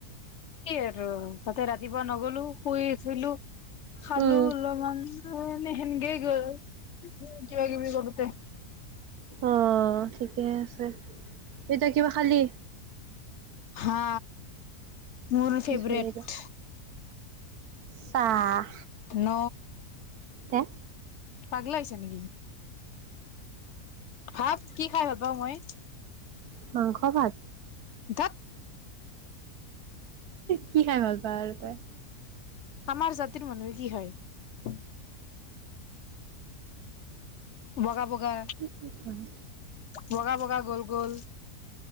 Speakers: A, on the left; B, on the right.
A: সে আৰু তাতে ৰাতিপুৱা নগলো শুই আছিলো খালো
B: উম,
A: অলপমান অঁ এনে সেনকে গল কিবা কিবি কৰোতে
B: অঁ ঠিকে ঠিকে আছে এতিয়া কিবা খালি।
A: হা মোৰ
B: কি
A: ফেভৰেট
B: খালি বা? চাহ
A: ন
B: তে
A: পাগলা হৈছা নেকি ভাব কি খাই ভাল পাওঁ মই
B: মাংস ভাত
A: ধেত
B: কি খাই ভাল পাওঁ আৰু তই
A: আমাৰ জাতিৰ মানুহে কি খায় বগা, বগা,
B: কি হয়?
A: বগা, বগা, গ'ল গ'ল